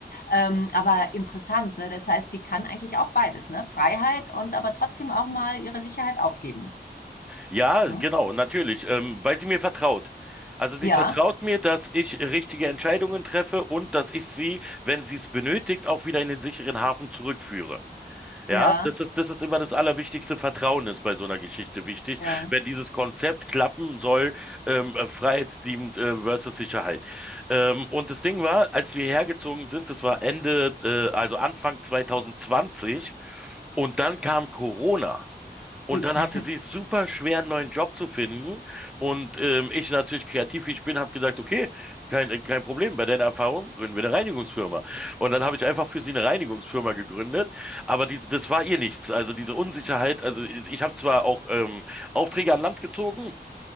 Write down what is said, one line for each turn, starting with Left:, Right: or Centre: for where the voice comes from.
Left: Ähm, aber interessant, ne? Das heißt, sie kann eigentlich auch beides, ne? Freiheit und aber trotzdem auch mal ihre Sicherheit aufgeben.
Centre: Ja,
Left: Ne?
Centre: genau, natürlich, ähm, weil sie mir vertraut. Also sie
Left: Ja,
Centre: vertraut mir, dass ich richtige Entscheidungen treffe und dass ich sie, wenn sie es benötigt, auch wieder in den sicheren Hafen zurückführe. Ja,
Left: ja,
Centre: das ist, das ist immer das Allerwichtigste. Vertrauen ist bei so einer Geschichte wichtig,
Left: ja.
Centre: wenn dieses Konzept klappen soll, ähm, äh, freiheitsliebend, äh, versus Sicherheit. Ähm, und das Ding war, als wir hergezogen sind, das war Ende, äh, also Anfang 2020 und dann kam Corona. Und
Left: Ui.
Centre: dann
Left: <laughs>
Centre: hatte sie es super schwer, einen neuen Job zu finden. Und ähm, ich natürlich kreativ, wie ich bin, habe gesagt, okay, kein, äh, kein Problem, bei deiner Erfahrung gründen wir eine Reinigungsfirma. Und dann habe ich einfach für sie eine Reinigungsfirma gegründet. Aber die, das war ihr nichts. Also diese Unsicherheit, also ich, ich habe zwar auch ähm, Aufträge an Land gezogen,